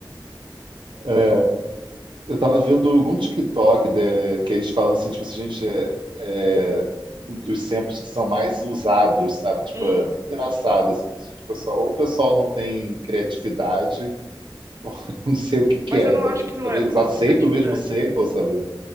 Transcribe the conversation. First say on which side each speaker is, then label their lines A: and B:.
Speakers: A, on the right; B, on the right.
A: É, eu tava vendo algum TikTok de- que eles falam assim, tipo assim, gente, é, é, dos samples que são mais usados, sabe? Tipo,
B: Hum.
A: é muito engraçado, assim, tipo, o pessoal- ou o pessoal não tem criatividade, <laughs> não sei o que que
B: Mas
A: é,
B: eu não
A: sabe?
B: acho
A: Tipo,
B: que não
A: talvez
B: é falta
A: usar sempre
B: de criatividade.
A: o mesmo sample, sabe?